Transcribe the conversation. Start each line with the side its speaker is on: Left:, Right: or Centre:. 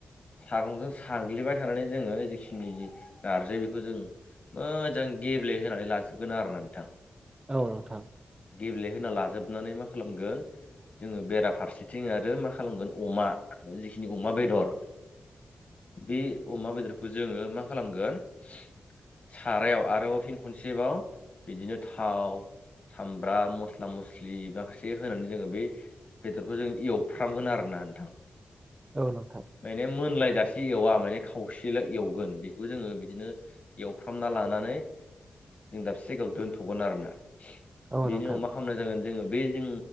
Left: सागंजों साग्लिबाय थानानै जोङो जिखिनि जि नारजि बेखौ जों मोजां गेब्लेहानै लाजोबगोन आरो ना नोंथां।
Right: औ नोंथां।
Left: गेब्लेहोना लाजोबनानै मा खालामगोन। जोङो बेराफारसेथिं आरो मा खालामगोन अमा जिखिनि अमा बेदर। बे अमा बेदरखौ जोङो मा खालामगोन। सारायाव आरोबाव फिन खनसेबाव बिदिनो थाव सामब्राम मस्ला मस्लि माखासे होनानै जोङो बे बेदरखौ जों एवफ्रामगोन आरोना नोंथां।
Right: औ नोंथां।
Left: माने मोनलायजासे एवा माने खावसेल एवगोन बेखौ जोङो बिदिनो एवफ्रामना लानानै जों दाबसे जायगायाव दोनथ'गोन आरोना
Right: औ
Left: बेनि
Right: नोंथां
Left: अ <unintelligible> जागोन जोङो बे जों